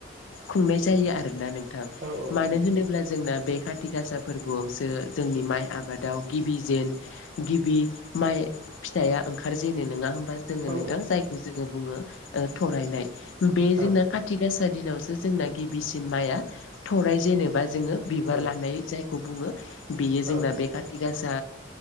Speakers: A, on the left (about 75°); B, on the right (about 60°).
A: खुंनाय जायो आरोना नोंथां
B: औ औ
A: मानो
B: नोंथां
A: होनोब्ला जोंना बे खााथि गासा फोरबोआवसो जोंनि माइ आबादाव गिबि जेन गिबि माइ फिथाइा ओंखारजेनो नङा होमबा जोङो
B: औ
A: नोंथां जायखौ जोङो बुङो थरायनाय बे
B: औ
A: जोंना
B: औ
A: खा खाथिगासा दिनावसो जोंना गिबिसिन माइआ थराय जेनेबा जोङो बिबार
B: औ
A: लानाय जाय खौ बुङो बेयो
B: औ
A: जोंना बे खाथि गासा